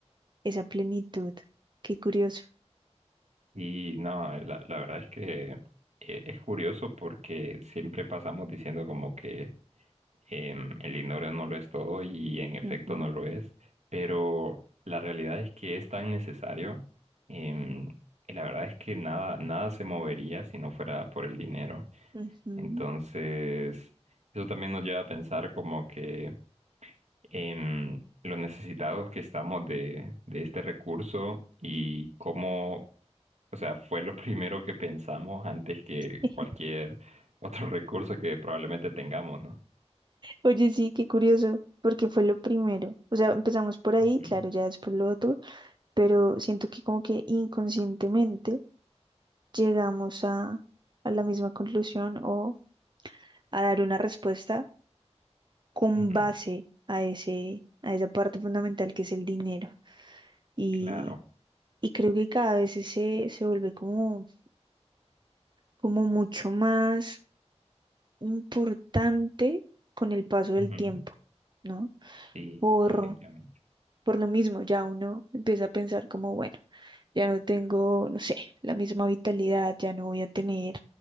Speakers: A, on the right; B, on the right.
A: esa plenitud. Qué curioso.
B: Y no, la, la verdad es que eh, es curioso porque siempre pasamos diciendo como que em, el dinero no lo es todo y en efecto
A: Ujú,
B: no lo es, pero la realidad es que es tan necesario. em, y la verdad es que nada, nada se movería si no fuera por el dinero.
A: ujú.
B: Entonces, eso también nos lleva a pensar como que en lo necesitados que estamos de, de este recurso y cómo, o sea, fue lo <laughs> primero que pensamos antes que
A: <laughs>
B: cualquier otro recurso que probablemente tengamos, ¿no?
A: Oye, sí, qué curioso, porque fue lo primero. O sea, empezamos por ahí,
B: Ujú,
A: claro, ya después lo otro pero siento que como que inconscientemente llegamos a, a la misma conclusión o a dar una respuesta con
B: ujú,
A: base a ese, a esa parte fundamental que es el dinero. Y,
B: Claro.
A: y creo que cada vez se, se vuelve como, como mucho más importante con el paso del
B: Ujú,
A: tiempo, ¿no?
B: Sí,
A: Por,
B: definitivamente.
A: Por lo mismo, ya uno empieza a pensar como, bueno, ya no tengo, no sé, la misma vitalidad, ya no voy a tener